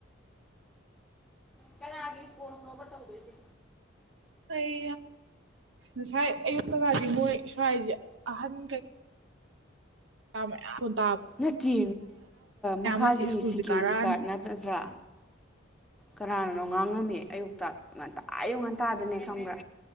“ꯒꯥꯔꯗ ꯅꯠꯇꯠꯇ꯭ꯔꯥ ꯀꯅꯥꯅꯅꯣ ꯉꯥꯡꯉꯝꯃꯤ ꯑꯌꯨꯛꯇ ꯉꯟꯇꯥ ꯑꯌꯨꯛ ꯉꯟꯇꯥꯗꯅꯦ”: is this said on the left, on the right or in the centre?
Centre